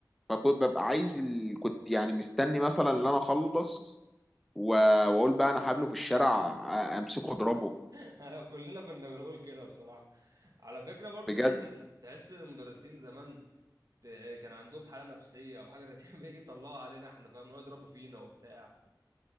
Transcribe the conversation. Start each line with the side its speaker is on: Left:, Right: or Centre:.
Centre: فكنت ببقى عايز ال... كنت يعني مستني مثلا ان انا اخلص و... واقول بقى انا هقابله في الشارع أ- امسكه اضربه
Right: <laughs> كلنا كنا بنقول كده بصراحة على فكرة برضو
Centre: بجد
Right: تحس إن تحس إن المدرسين زمان ت- كان عندهم حالة نفسية أو حاجة زي كده <laughs> بيجي يطلعوا علينا إحنا فاهم يقعدوا يضربوا فينا وبتاع